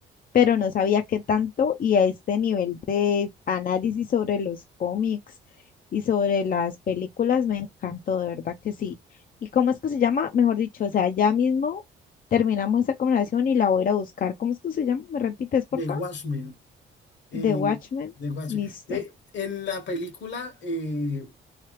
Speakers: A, on the left (about 45°); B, on the left (about 65°).
A: pero no sabía qué tanto y a este nivel de análisis sobre los cómics y sobre las películas me encantó, de verdad que sí. ¿Y cómo es que se llama? Mejor dicho, o sea, ya mismo terminamos esa conversación y la voy a ir a buscar. ¿Cómo es que se llama? ¿Me repites, por
B: de
A: favor?
B: Watchmen. eh,
A: The Watchmen,
B: de Watchmen.
A: listo.
B: Eh, en la película, eh,